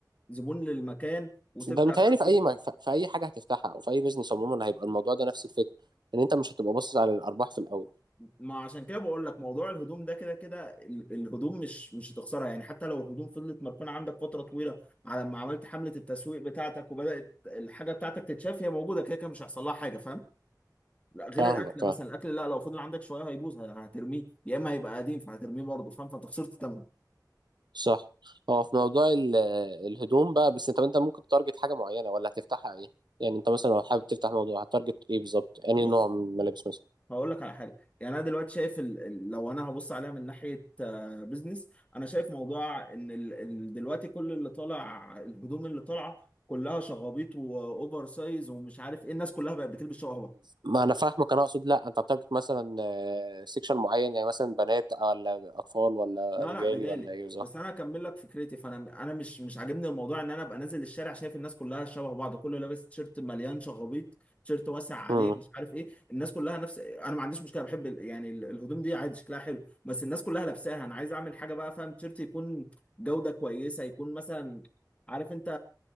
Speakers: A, on the left (about 20°); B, on the right (about 80°).
A: زبون للمكان وتبدا
B: ده متهيألي في اي م- ف- في اي حاجه هتفتحها او في اي بزنس عموما هيبقى الموضوع ده نفس الفكره ان انت مش هتبقى باصص على الارباح في الاول
A: ما عشان كده بقول لك موضوع الهدوم ده كده كده ال- الهدوم مش مش هتخسرها يعني حتى لو الهدوم فضلت مركونة عندك فترة طويلة على ما عملت حملة التسويق بتاعتك وبدأت الحاجة بتاعتك تتشاف هي موجودة كده كده مش هيحصل لها حاجة فاهم لا غير
B: فاهمك
A: الأكل
B: فاهم
A: مثلا الأكل لا لو فضل عندك شوية هيبوظ هترميه يا إما هيبقى قديم فهترميه برضه فاهم فأنت خسرت تمن
B: صح هو في موضوع ال- الهدوم بقى بس انت انت ممكن تارجت حاجه معينه ولا هتفتحها ايه يعني انت مثلا لو حابب تفتح موضوع هتارجت ايه بالظبط يعني
A: بص
B: نوع من الملابس مثلا
A: هقول لك على حاجه يعني انا دلوقتي شايف ال... ال- لو انا هبص عليها من ناحيه آه، بيزنس انا شايف موضوع ان ال... ال... دلوقتي كل اللي طالع الهدوم اللي طالعه كلها شغابيط واوفر سايز ومش عارف ايه الناس كلها بقت بتلبس شبه بعض
B: ما انا فاهمك انا اقصد لا انت هتارجت مثلا آه، سيكشن معين يعني مثلا بنات ولا اطفال ولا
A: لا لا
B: رجالي
A: رجالي
B: ولا ايه بالظبط
A: بس انا اكمل لك فكرتي فانا انا مش مش عاجبني الموضوع ان انا ابقى نازل الشارع شايف الناس كلها شبه بعض كله لابس تيشيرت مليان شغبيط تيشيرت واسع عليه
B: امم
A: مش عارف ايه الناس كلها نفس انا ما عنديش مشكله بحب ال- يعني ال- الهدوم دي عادي شكلها حلو بس الناس كلها لابساها انا عايز اعمل حاجه بقى فاهم تيشيرت يكون جوده كويسه يكون مثلا عارف انت